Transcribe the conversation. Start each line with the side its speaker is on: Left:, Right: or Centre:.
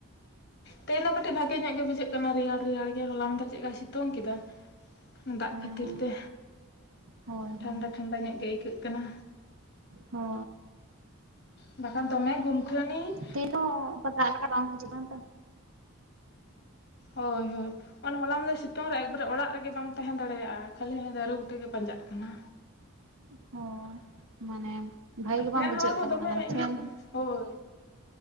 Left: ᱛᱮᱦᱮᱧ ᱫᱚ ᱠᱟᱹᱴᱤᱡ ᱵᱷᱟᱜᱮ ᱧᱚᱜ ᱜᱮ ᱵᱩᱡᱷᱟᱹᱜ ᱠᱟᱱᱟ᱾ ᱨᱮᱭᱟᱲ ᱨᱮᱭᱟᱲ ᱜᱮ ᱦᱚᱞᱟ ᱢᱟᱫᱷᱮᱨ ᱪᱮᱫᱠᱟᱭ ᱥᱤᱛᱩᱝ ᱠᱮᱫᱟ ᱫᱟᱜ
Right: ᱦᱮᱸ
Left: ᱠᱷᱟᱹᱛᱤᱨ ᱛᱮ
Right: ᱦᱳᱭ
Left: ᱴᱷᱟᱱᱰᱟ
Right: ᱦᱳᱭ
Left: ᱴᱷᱟᱱᱰᱟ ᱧᱚᱜ ᱜᱮ ᱟᱹᱭᱠᱟᱹᱜ ᱠᱟᱱᱟ᱾
Right: ᱦᱳ
Left: ᱵᱟᱠᱷᱟᱱ ᱫᱚᱢᱮ ᱜᱩᱞᱜᱩᱞᱟᱱᱤ
Right: ᱛᱮᱦᱮᱧ ᱫᱚ ᱚᱱᱠᱟ ᱫᱟᱜ ᱞᱮᱠᱟ ᱵᱟᱝ ᱵᱩᱡᱷᱟᱹᱜ ᱠᱟᱱ ᱛᱚ᱾
Left: ᱦᱳᱭ ᱦᱳᱭ ᱚᱱᱟ ᱦᱚᱞᱟ ᱢᱟᱫᱤᱮ ᱥᱤᱛᱩᱝ ᱨᱮ ᱮᱠᱵᱟᱨᱮ ᱚᱲᱟᱜ ᱨᱮᱜᱮ ᱵᱟᱢ ᱛᱟᱦᱮᱸ ᱫᱟᱲᱮᱭᱟᱜᱼᱟ᱾ ᱠᱷᱟᱹᱞᱤ ᱦᱟᱱᱮ ᱫᱚᱨᱮ ᱵᱩᱴᱟᱹ ᱜᱮ ᱯᱟᱸᱡᱟᱜ ᱠᱟᱱᱟ
Right: <unintelligible> <unintelligible>
Left: ᱯᱷᱮᱱ
Right: ᱵᱟᱝ ᱵᱩᱡᱷᱟᱹᱜ
Left: ᱦᱟᱣᱟ ᱦᱚᱸ
Right: ᱠᱟᱱᱟ
Left: ᱫᱚᱢᱮ
Right: ᱟᱨ
Left: ᱤᱭᱟᱹᱜ
Right: ᱯᱷᱮᱱ
Left: ᱠᱟᱱᱟ ᱦᱳᱭ